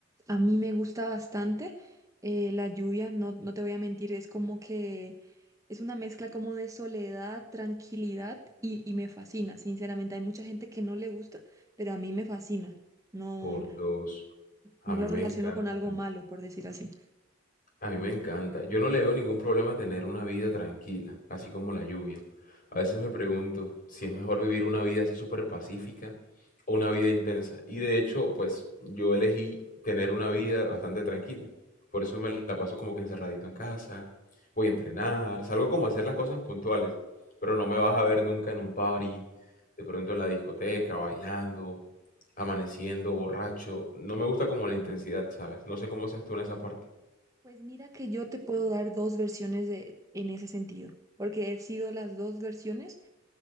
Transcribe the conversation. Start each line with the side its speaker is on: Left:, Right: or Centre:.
Right: a mí me gusta bastante eh, la lluvia, no, no te voy a mentir, es como que es una mezcla como de soledad, tranquilidad y, y me fascina, sinceramente. Hay mucha gente que no le gusta, pero a mí me fascina. No.
Left: Por dos, a
Right: No
Left: mí
Right: lo
Left: me
Right: relaciono
Left: encanta.
Right: con algo malo, por decir así.
Left: A mí me encanta. Yo no le veo ningún problema a tener una vida tranquila, así como la lluvia. A veces me pregunto si es mejor vivir una vida así súper pacífica o una vida intensa. Y de hecho, pues yo elegí tener una vida bastante tranquila. Por eso me la paso como que encerradito en casa, voy a entrenar, salgo como a hacer las cosas puntuales. Pero no me vas a ver nunca en un party, de pronto en la discoteca, bailando, amaneciendo, borracho. No me gusta como la intensidad, ¿sabes? No sé cómo seas tú en esa parte.
Right: Pues mira que yo te puedo dar dos versiones de, en ese sentido, porque he sido las dos versiones.